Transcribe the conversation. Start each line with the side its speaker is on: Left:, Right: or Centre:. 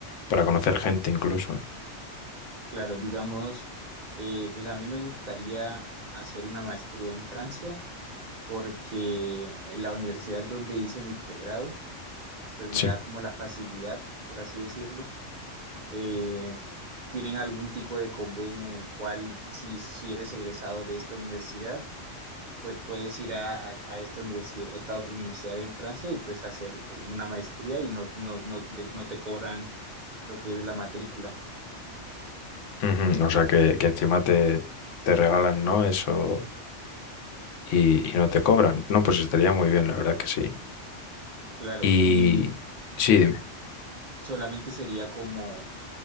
Left: para conocer gente incluso.
Right: Claro, digamos, eh, pues a mí me gustaría hacer una maestría en Francia porque la universidad donde hice mi pregrado, pues me
Left: Sí.
Right: da como la facilidad, por así decirlo. Eh, tienen algún tipo de convenio en el cual si, si eres egresado de esta universidad, pues puedes ir a, a- a esta universidad, esta otra universidad en Francia y pues hacer una maestría y no, no, no te, no te cobran lo que es la matrícula,
Left: Ujú, O sea, que, que encima te, te regalan, ¿no? Eso y, y no te cobran. No, pues estaría muy bien, la verdad que sí.
Right: claro,
Left: Y
Right: y
Left: sí, dime.
Right: solamente sería como,